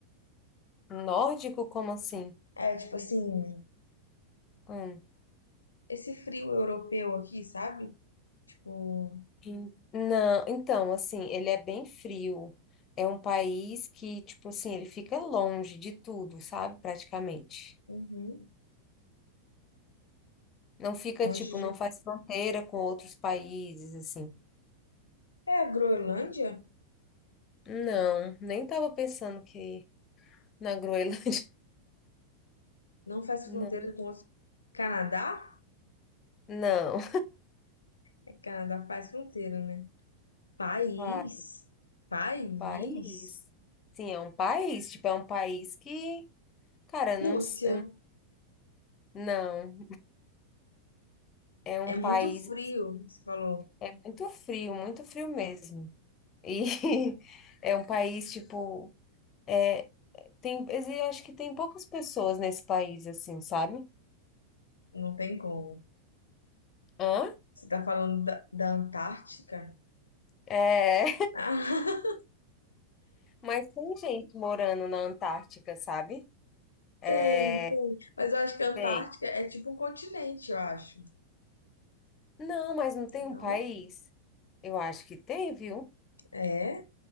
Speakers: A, on the left; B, on the left.
A: Nórdico, como assim?
B: É tipo assim,
A: Hum.
B: esse frio europeu aqui, sabe? Tipo,
A: Em- Não, então, assim, ele é bem frio. É um país que, tipo assim, ele fica longe de tudo, sabe? Praticamente.
B: uhum,
A: Não fica,
B: longe
A: tipo, não
B: de.
A: faz fronteira com outros países, assim.
B: É, a Groenlândia
A: Não, nem tava pensando que na Groenlândia. <laughs>
B: não faz
A: Não,
B: fronteira com os. Canadá?
A: não.
B: É, Canadá faz fronteira, né? País.
A: Pa-
B: País.
A: País. Sim, é um país, tipo, é um país que, cara, não,
B: Rússia.
A: s- não, é um
B: É
A: país,
B: muito frio, você falou.
A: é muito frio, muito frio mesmo. E <laughs> é um país, tipo, É, tem, exi- acho que tem poucas pessoas nesse país, assim, sabe?
B: Não tem como.
A: Hã?
B: Você tá falando da, da Antártica? <laughs>
A: É,
B: Ah,
A: <laughs> mas tem gente morando na Antártica, sabe? É,
B: tem, tem. Mas eu acho que a Antártica
A: tem.
B: é tipo um continente, eu acho.
A: Não, mas não tem
B: Não?
A: um país? Eu acho que tem, viu?
B: É.